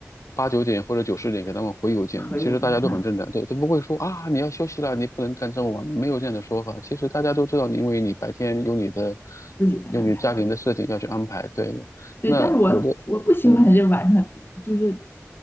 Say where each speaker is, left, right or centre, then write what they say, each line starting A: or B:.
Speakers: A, on the left; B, on the left.
A: 八九点或者九十点给他们回邮件，
B: 和有间哈，
A: 其实大家都很正常，对，都不会说啊你要休息了，你不能干这么晚，没有这样的说法，其实大家都知道，因为你白天有你的
B: 自己再安排。
A: 有你家庭的事情要去安排，对，
B: 对，
A: 那我的
B: 但是我我不喜欢这晚上，
A: 嗯
B: 就是